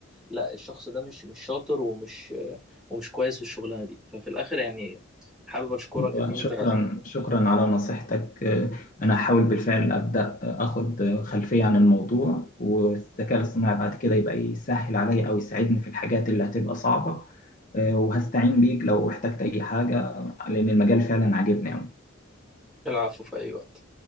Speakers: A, in the centre; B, on the left.
A: لا الشخص ده مش مش شاطر ومش ومش كويس في الشغلانة دي ففي الاخر يعني حابب اشكرك
B: وشكرا
A: ان انت
B: شكرا على نصيحتك آه، أنا هحاول بالفعل أبدأ أخد خلفية عن الموضوع والذكاء الاصطناعي بعد كده يبقى يسهل عليا أو يساعدني في الحاجات اللي هتبقى صعبة آه، وهستعين بيك لو احتجت أي حاجة لأن المجال فعلا عاجبني أوي
A: العفو في أي وقت